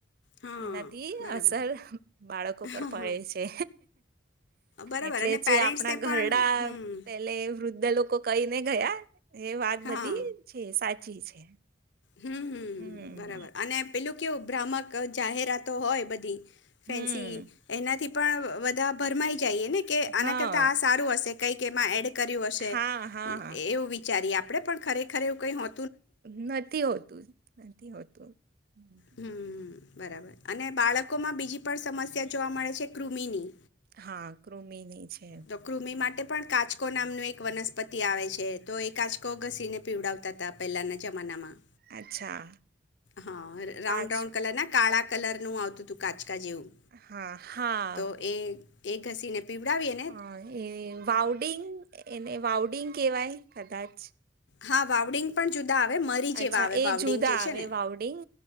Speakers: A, on the left (about 70°); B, on the right (about 50°).
A: હા
B: એનાથી
A: બરાબર
B: અસર બાળકો પર
A: હા
B: પડે
A: હા
B: છે
A: બરાબર
B: એટલે
A: અને
B: જે
A: પેરેન્ટ્સને
B: આપણા ઘરડા
A: પણ હમ
B: પેલે વૃદ્ધ લોકો કઈ ને ગયા. એ વાત
A: હા
B: બધી છે સાચી ચીજ છે.
A: હમમ
B: હમ
A: બરાબર અને પેલું કેવું ભ્રામક જાહેરાતો હોય બધી
B: હમ
A: ફેન્સી એનાથી પણ બધા ફરમાઈ જઈએ ને કે આના
B: હા
A: કરતા આ સારું હશે. કઈક એમાં એડ કયું હશે
B: હા હા હા
A: એવું વિચારી આપ આપણે પણ ખરેખર એવુ કઈ હો
B: નથી હોત નથી હોતું. હમ.
A: હમ બરાબર અને બાળકોમાં બીજી પણ સમસ્યા જોવા મળે છે કૃમિની.
B: હા કૃમિની છે
A: તો કૃમિ માટે પણ કાચકો નામનું એક વનસ્પતિ આવે છે તો એ કાચકો ઘસીને પીવડાવતા હતા પહેલાના જમાનામાં
B: અચ્છા
A: હા રાઉન્ડ
B: કાચ
A: રાઉન્ડ કલર ના કાળા કલર નું આવતું હતું કાચકા જેવું
B: હા હા.
A: તો એ ઘસીને પીવડાવી અને
B: હ એ વાવડીગ એને વાવડિંગ કેવાય. કદાચ
A: હા વાવડિંગ પણ જુદા આવે મરી જેવા
B: અચ્છા
A: આવે
B: એ
A: વાવડિંગ
B: જુદા
A: જે
B: આવે
A: છે ને
B: વાઉડિંગ